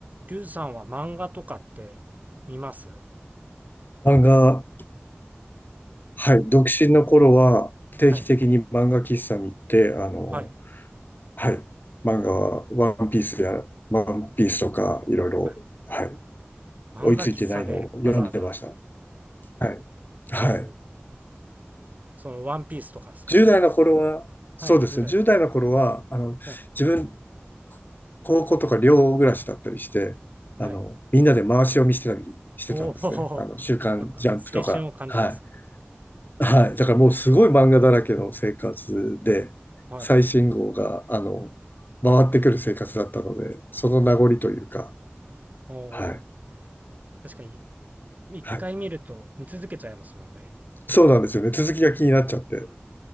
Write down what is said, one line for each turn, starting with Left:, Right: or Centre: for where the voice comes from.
Right: リュウさんは漫画とかって見ます
Left: 漫画、はい、独身の頃は定期的に漫画喫茶に行って、
Right: はい、
Left: あの、
Right: はい、
Left: はい、漫画はワンピースや、ワンピースとかいろいろ、
Right: はい。
Left: はい、
Right: 漫画喫茶でわざわざ、
Left: 追いついてないのを読んでました。はい。はい。
Right: おーそのワンピースとかですかね。
Left: 10代の頃は、
Right: はい、
Left: そうですね、
Right: 10代の。
Left: 10代の頃は、あの、
Right: うん、
Left: 自分、高校とか寮暮らしだったりして、あの、
Right: はい。
Left: みんなで回し読みしてたりしてたんですね。
Right: おお、
Left: あの、週刊ジャンプとか。
Right: <laughs> なんか青春を感じますね。
Left: はい。はい。だからもうすごい漫画だらけの生活で、
Right: はい。
Left: 最新号が、あの、回ってくる生活だったので、その名残というか、
Right: おお、
Left: はい。
Right: 確かに、一回見ると見続けちゃいますもんね。
Left: はい。そうなんですよね。続きが気になっちゃって。
Right: うん。